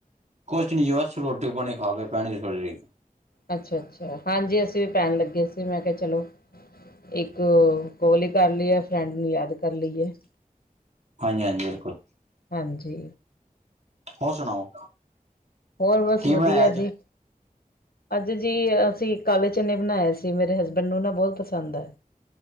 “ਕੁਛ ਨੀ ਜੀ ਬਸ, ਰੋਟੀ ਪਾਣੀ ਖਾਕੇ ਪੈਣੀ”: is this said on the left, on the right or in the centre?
Right